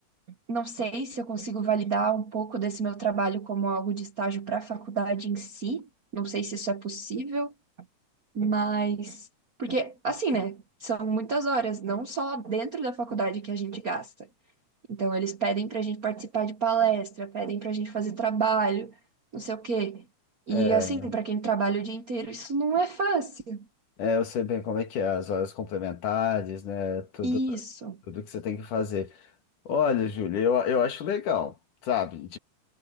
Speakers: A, on the right; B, on the left.
A: Não sei se eu consigo validar um pouco desse meu trabalho como algo de estágio para a faculdade em si. Não sei se isso é possível. Mas, porque assim, né? São muitas horas, não só dentro da faculdade que a gente gasta. Então, eles pedem pra gente participar de palestra, pedem pra gente fazer trabalho, não sei o quê. E
B: É,
A: assim, pra quem trabalha o dia inteiro, isso não é fácil.
B: é, eu sei bem como é que é, as horas complementares, né? Tudo,
A: Isso.
B: tudo que você tem que fazer. Olha, Júlia, eu, eu acho legal, sabe?